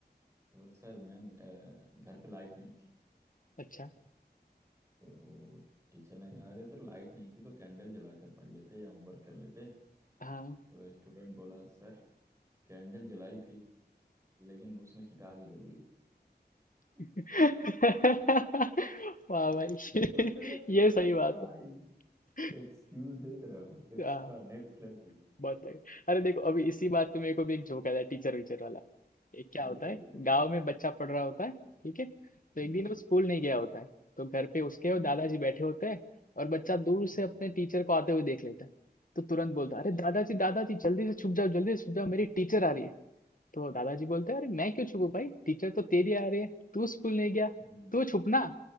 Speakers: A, on the right (about 15°); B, on the left (about 50°).
A: तो बोले सर मैम अ, घर पे लाइट नहीं थी
B: अच्छा
A: तो टीचर ने कहा अरे तो लाइट नहीं थी तो कैंडल जलाकर पढ़ लेते या होमवर्क कर लेते
B: हाँ
A: तो स्टूडेंट बोला सर कैंडल जलाई थी लेकिन उसमें किताब ही जल गई
B: <laughs>
A: <laughs>
B: वाह भाई
A: मतलब
B: <laughs> ये सही बात
A: भाई
B: है
A: एक्सक्यूज देख रहे हो एक्स्ट्रा
B: हाँ
A: नेक्स्ट लेवल
B: बहुत लाइट अरे देखो अभी इसी बात पे मेरे को भी एक जोक आया टीचर वीचर वाला एक क्या होता
A: बिल्कुल
B: है
A: बिल्कुल
B: गांव
A: बिल्कुल
B: में बच्चा पढ़ रहा होता है ठीक है तो
A: हम्म
B: एक दिन वो स्कूल नहीं गया होता है तो घर पे उसके और
A: हम्म
B: दादाजी बैठे होते हैं और बच्चा दूर से
A: हम्म
B: अपने टीचर को आते हुए देख लेता है तो तुरंत बोलता
A: अच्छा
B: है अरे दादाजी दादाजी जल्दी से छुप जाओ जल्दी से छुप जाओ मेरी टीचर आ रही है तो दादाजी बोलते हैं अरे मैं क्यों छुपूं भाई टीचर तो तेरी आ रही है तू स्कूल नहीं गया
A: हम्म
B: तू छुपना